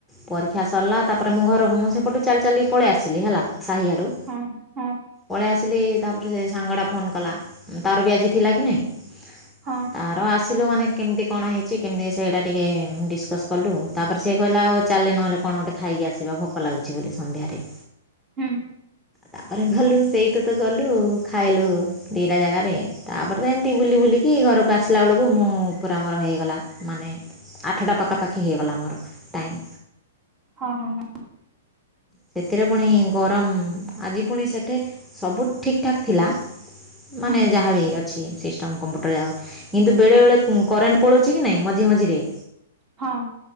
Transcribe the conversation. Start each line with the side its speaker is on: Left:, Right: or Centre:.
Centre: ପରୀକ୍ଷା ସରିଲା ତାପରେ ମୁଁ ଘର ମୁଁ ସେପଟୁ ଚାଲି ଚାଲି ପଳେଇ ଆସିଲି ହେଲା ସାହିଆଡ଼ୁ।
Right: ହଁ ହଁ।
Centre: ପଳେଇ ଆସିଲି ତାପରେ ସେ ସାଙ୍ଗଟା ଫୋନ୍ କଲା ତାର ବି ଆଜି ଥିଲା କି ନାହିଁ।
Right: ହଁ।
Centre: ତାର ଆସିଲୁ ମାନେ କେମିତି କଣ ହେଇଛି କେମିତି ସେଇଟା ଟିକେ ଡିସକସ୍ କଲୁ ତାପରେ ସେ କହିଲା ଆଉ ଚାଲେ ନହେଲେ କଣ ଗୋଟେ ଖାଇକି ଆସିବା ଭୋକ ଲାଗୁଛି ବୋଲି ସନ୍ଧ୍ୟାରେ।
Right: ହୁଁ।
Centre: ତାପରେ ଘଲୁ ସେଇଠୁ ତ ଗଲୁ ଖାଇଲୁ ଦିଇଟା ଜାଗାରେ ତାପରେ ଏମତି ବୁଲି ବୁଲିି କି ଘରକୁ ଆସିଲା ବେଳକୁ ମୁଁ ପୁରା ମୋର ହେଇଗଲା ମାନେ ଆଠଟା ପାଖାପାଖି ହେଇଗଲା ଆମର ଟାଇମ୍।
Right: ହଁ ହଁ ହଁ।
Centre: ସେଥିରେ ପୁଣି ଗରମ, ଆଜି ପୁଣି ସେଠେ ସବୁ ଠିକ୍ ଠାକ୍ ଥିଲା। ମାନେ
Right: ହୁଁ
Centre: ଯାହାବି ଅଛି ସିଷ୍ଟମ୍ କମ୍ପ୍ୟୁଟର ଯାକ କିନ୍ତୁ ବେଳେବେଳେ ହୁଁ କରେଣ୍ଟ ପଳଉଛି କି ନାଇଁ ମଝି ମଝିରେ।
Right: ହଁ।